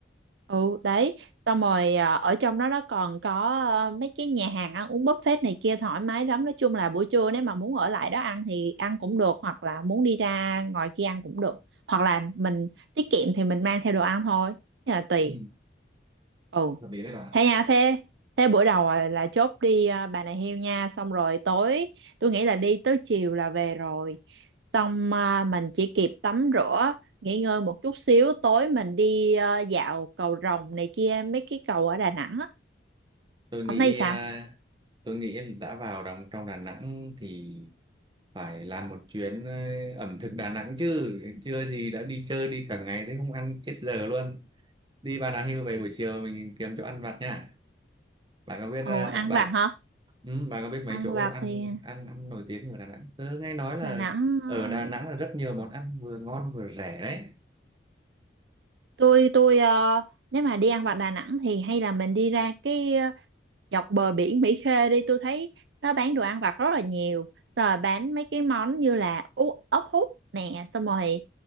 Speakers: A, on the right; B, on the right.
A: ừ đấy xong rồi à, ở trong đó nó còn có ờ, mấy cái nhà hàng ăn uống buffet này kia thoải mái lắm nói chung là buổi trưa nếu mà muốn ở lại đó ăn thì ăn cũng được hoặc là muốn đi ra ngoài kia ăn cũng được hoặc là mình tiết kiệm thì mình mang theo đồ ăn thôi thế là tùy
B: ừ.
A: ừ
B: hợp lý đấy bạn. ạ.
A: thế nha thế thế bữa đầu là, là chốt đi à, Bà Nà Hills nha xong rồi tối tôi nghĩ là đi tới chiều là về rồi xong à, mình chỉ kịp tắm rửa nghỉ ngơi một chút xíu tối mình đi ờ, dạo cầu Rồng này kia mấy cái cầu ở Đà Nẵng á
B: Tôi nghĩ
A: hôm nay sao
B: à, tôi nghĩ em đã vào đồng trong Đà Nẵng thì phải làm một chuyến ờ, ẩm thực Đà Nẵng chứ chưa gì đã đi chơi đi cả ngày thế không ăn chết giờ luôn. Đi Bà Nà Hills về buổi chiều mình kiếm chỗ ăn vặt nha. Bạn có biết
A: ồ
B: uh,
A: ăn vặt hả
B: Ừ, bà có biết mấy
A: ăn
B: chỗ
A: vặt
B: ăn
A: thì
B: ăn ăn nổi tiếng ở Đà Nẵng? Tớ nghe nói là
A: Đà Nẵng ờ,
B: ở Đà Nẵng là rất nhiều món ăn vừa ngon vừa rẻ đấy.
A: tôi tôi ờ, nếu mà đi ăn vặt Đà Nẵng thì hay là mình đi ra cái ờ, dọc bờ biển Mỹ Khê đi tôi thấy nó bán đồ ăn vặt rất là nhiều rồi bán mấy cái món như là ú- ốc hút nè xong rồi